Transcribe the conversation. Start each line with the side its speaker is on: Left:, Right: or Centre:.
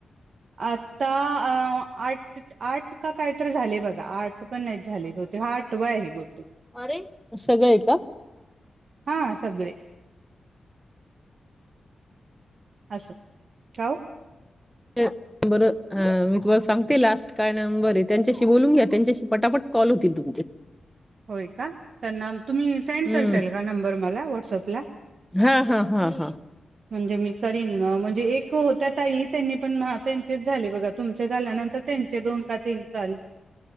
Right: अत्ता आ आठ आठ का काय तर झाले बघा, आठ पण नाही झाले बते हा आठवा आहे ब
Centre: अरे! सगळं आहे का.
Right: हा सगळे असं ठेवू.
Centre: <unintelligible> बरं हा मी तुम्हाला सांगती लास्ट काय नंबर आहे. त्यांच्याशी बोलून घ्या त्यांच्याशी पटापट कॉल होतील तुमचे.
Right: होय का, त्यांना तुम्ही सेंड
Centre: हम्म
Right: करताल का नंबर मला वॉट्सअपला?
Centre: हा हा हा हा
Right: म्हणजे मी करीन अ म्हणजे एक होत्या ताई त्यांनी पन हा तेन तेच झाले बघत. तुमच्या झाल्यानंतर त्यांचे दोन का तीन जाले.